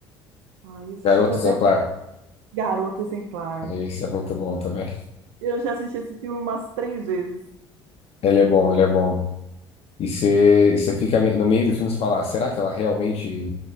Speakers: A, on the right; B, on the left.
A: Ah, esse
B: Garota
A: você já
B: Exemplar.
A: deve... Garota Exemplar.
B: Esse é muito bom também.
A: Eu já assisti esse filme umas três vezes.
B: Ele é bom, ele é bom. E você, e você fica me- no meio do filme, você fala, "Ah, será que ela realmente